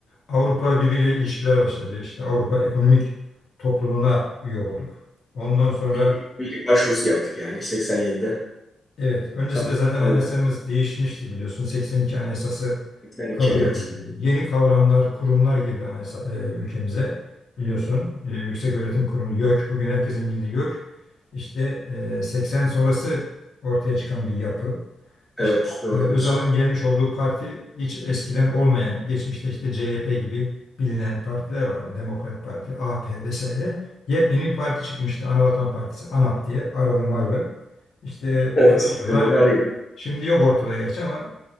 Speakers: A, on the left (about 55°); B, on the left (about 15°).
A: Avrupa Birliği ile ilişkiler başladı. İşte Avrupa Ekonomik Topluluğu'na üye olduk. Ondan sonra
B: Üyelik, üyelik başvurusu yaptık yani 87'de.
A: Evet, öncesinde
B: Tam,
A: zaten
B: tam
A: anayasamız
B: üyelik.
A: değişmişti biliyorsun. 82 Anayasası
B: 82
A: kabul
B: evet.
A: edildi. Yeni kavramlar, kurumlar girdi anayasa, e, ülkemize biliyorsun. E, Yüksek Öğretim Kurumu YÖK, bugün herkesin bildiği YÖK. İşte e, 80 sonrası ortaya çıkan bir yapı.
B: Evet
A: İşte
B: doğru
A: e, Özal'ın
B: diyorsun.
A: gelmiş olduğu parti hiç eskiden olmayan, geçmişte işte CHP gibi bilinen partiler vardı. Demokrat Parti, AP vesaire. Yepyeni bir parti çıkmıştı. Anavatan Partisi, ANAP diye, aralı marlı. İşte
B: Evet.
A: uzun yıllar
B: Sembolü arıydı.
A: şimdi yok ortada gerçi ama